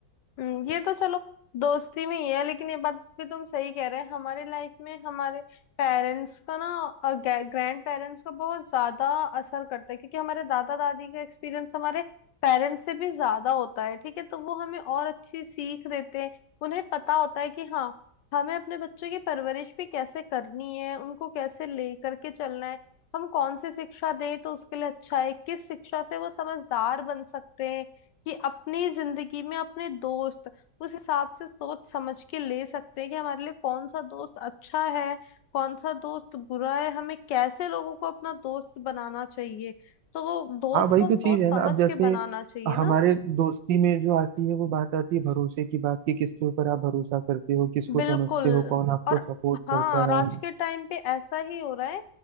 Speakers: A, on the left; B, on the right.
A: हम्म, ये तो चलो दोस्ती में ही है लेकिन ये बात भी तुम सही कह रहे हैं हमारे लाइफ में हमारे पेरेंट्स का ना और ग्रैंड पेरेंट्स का बहुत ज्यादा असर करता है क्योंकि हमारे दादा दादी का एक्सपीरियंस हमारे पेरेंट्स से भी ज्यादा होता है ठीक है तो वो हमें और अच्छी सीख देते हैं उन्हें पता होता है कि हाँ हमें अपने बच्चों की परवरिश भी कैसे करनी है उनको कैसे ले करके चलना है हम कौन सी शिक्षा दें तो उसके लिए अच्छा है किस शिक्षा से वो समझदार बन सकते हैं कि अपनी जिंदगी में अपने दोस्त उस हिसाब से सोच समझ के ले सकते हैं कि हमारे लिए कौन सा दोस्त अच्छा है कौन सा दोस्त बुरा है हमें कैसे लोगों को अपना दोस्त बनाना चाहिए तो वो दोस्त
B: हाँ वही
A: को
B: तो
A: सोच
B: चीज है
A: समझ
B: ना अब जैसे
A: के बनाना चाहिए ना
B: हमारे दोस्ती में जो आती है वो बात आती है भरोसे की बात कि किसके ऊपर आप भरोसा करते हो किसको
A: बिल्कुल
B: समझते हो कौन आपको
A: और
B: सपोर्ट
A: हाँ
B: करता
A: और आज
B: है
A: के टाइम पे ऐसा ही हो रहा है